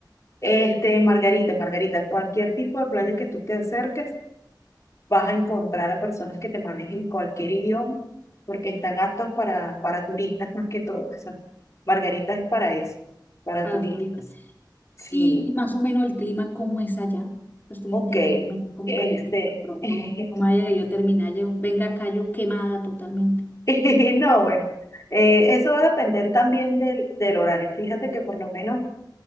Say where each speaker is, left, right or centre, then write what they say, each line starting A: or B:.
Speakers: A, on the left; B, on the left.
A: este, Margarita, Margarita, cualquier tipo de playa que tú te acerques, vas a encontrar a personas que te manejen cualquier idioma, porque están aptos para, para turistas más que todo. O sea, Margarita es para eso, para
B: Para
A: turistas.
B: los turistas.
A: Sí,
B: Y, y más o menos el clima, ¿cómo es allá? Pues tú me
A: ok.
B: dijiste que más o menos como
A: Este,
B: calientito, de pronto,
A: <laughs>
B: no me haya yo terminar yo, venga acá yo quemada totalmente.
A: <laughs> No, bueno, eh, eso va a depender también del, del horario. Fíjate que por lo menos